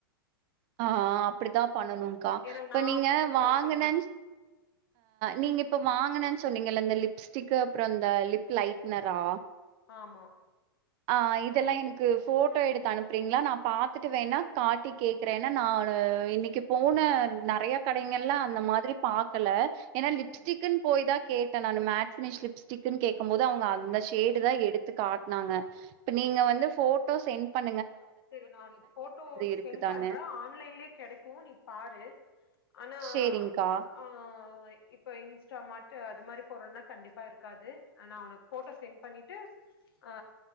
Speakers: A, on the right; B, on the left.
A: ஆ அப்பிடித்தா பண்ணணும்க்கா
B: ஏன்னா
A: இப்ப
B: நா
A: நீங்க
B: அப்டித்தா ட்ரை
A: வாங்கனேன்
B: பண்ணுவே
A: நீங்க இப்ப வாங்கன சொன்னீங்கல்ல இந்த லிப்ஸ்டிக்கு அப்புறம் இந்த லிப் லைட்னரா
B: ஆமா
A: ஆ இதெல்லாம் எனக்கு ஃபோட்டோ எடுத்து அனுப்புறீங்களா நா பாத்துட்டு வேண்ணா காட்டி கேக்குறேன ஏன்னா நா இன்னைக்கு போன நெறைய கடைகள்ல்ல அந்த மாதிரி பாக்கல ஏன்னா லிப்ஸ்டிக்னு
B: ம்
A: போய்தா கேட்டேன் நானு மேட் ஃபினிஷ் லிப்ஸ்டிக்னு கேட் க்கும் போது அவங்க அந்த
B: ம்
A: ஷேடு தா எடுத் து காட்னாங்க இப்ப நீங்க வந்து ஃபோட்டோ சென்ட் பண்
B: சரி நா ஃபோட்டோ
A: இருக்குதான்னு
B: செண்ட் பண்றேன் ஆன்லைன்லயே கெடைக்கும் நீ பாரு ஆனா
A: சேரிங்க்கா
B: ஆ யிப்ப யின்ஸ்டா மார்டு் அது மாரி போறோனா கண்டிப்பாயிருக்காது நா உனக்கு போட்டோ செண்ட் பண்ணிட்டு ஆ